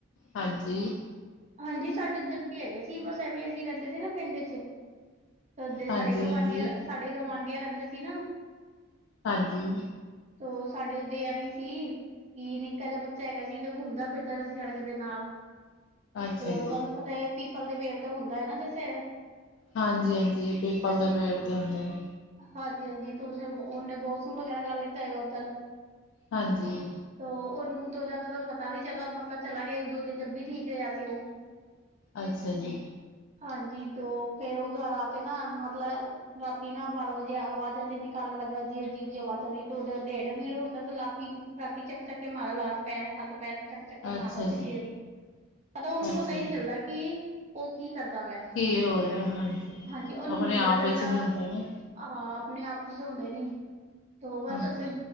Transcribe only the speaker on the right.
ਹਾਂਜੀ। ਸਾਡੇ ਉੱਧਰ ਵੀ ਹੈਗੇ ਸੀ ਬਸ ਇਹ ਵੀ ਅਸੀਂ ਰਹਿੰਦੇ ਸੀ। ਨਾ ਪਿੰਡ ਚ ਦੇ ਸਾਡੇ
ਗਵਾਂਢੀਆਂ,
ਸਾਡੇ ਗਵਾਂਢੀਆਂ ਰਹਿੰਦੇ ਸੀ ਨਾ
ਤ ਸਾਡੇ ਓਦੇ ਐਵੇਂ ਸੀ। ਕਿ ਨਿੱਕਾ ਜਿਹਾ ਬੱਚਾ ਹੈਗਾ ਸੀ ਤਾਂ ਘੁੰਮਦਾ ਫਿਰਦਾ ਰ ਸੀ। ਸੜਕ ਦੇ ਨਾਲ
ਤੇ
ਤੁਹਾਨੂੰ ਪਤਾ ਹੈ ਪੀਪਲ ਦੇ ਪੇੜ ਤਾਂ ਹੁੰਦਾ ਹੈ। ਨਾ ਜਸੇ
ਹਾਂਜੀ -ਹਾਂਜੀ ਤੇ ਉਸਨ ਉਹਨੇ ਬੋਸਰੂਮ ਵਗੈਰਾ ਕਰ ਲਿੱਤਾ ਹੈਗਾ। ਉੱਧਰ ਤ
ਉਹਨੂੰ ਤੋ ਜਾ ਤ ਪਤਾ ਨ ਚਲਾ ਮਤਲਬ ਚਲਾ ਗਿਆ। ਇੱਕ- ਦੋ ਦਿਨ ਜਬ ਠੀਕ ਰਿਹਾ ਸੀ। ਉਹ
ਹਾਂਜੀ। ਤੋ ਫੇਰ ਉਹ ਘਰ ਆ ਕੇ ਨਾ ਮਤਲਬ ਰਾਤੀ ਨਾ ਬਾਰਾਂ ਵਜੇ ਆਵਾਜ਼ਾਂ ਜੀ ਨਿਕਾਲ <unintelligible> ਜੀ ਅਜੀਬ ਜੀ ਆਵਾਜ਼ ਅਜੀਬ-ਅਜੀਬ ਤੇ ਉਹਦਾ ਟੇਡ ਪੀੜ ਹੁੰਦਾ। ਤੇ ਲਾਤੀ ਰਾਤੀ ਚੱਕ- ਚੱਕ ਕੇ ਮਾਰਾ ਲਾਤਾ ਏ, ਹੱਥ- ਪੈਰ। ਚੱਕ -ਚੱਕ
ਮਾਰਦਾ ਸੀ
ਫਿਰ, ਪਤਾ ਉਹਨੂੰ
ਪਤਾ ਇ
ਨੀ ਚੱਲਦਾ ਕਿ ਉਹ ਕੀ ਕਰਦਾ ਵਾ।
ਹਾਂਜੀ। ਉਹਨੂੰ
ਨੀ
ਪਤਾ ਚੱਲਦਾ
ਆਹਾਂ। ਆਪਣੇ -ਆਪ ਸੌਂਦੇ ਨੀ ਤੋਂ ਬਸ
ਆਪਣੇ